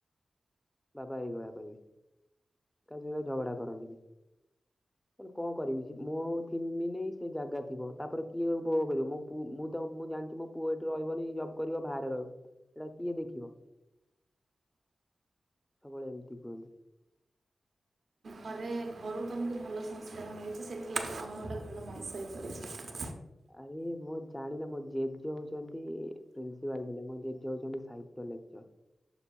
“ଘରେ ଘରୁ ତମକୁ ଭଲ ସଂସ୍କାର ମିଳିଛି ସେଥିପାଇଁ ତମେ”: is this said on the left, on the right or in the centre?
Right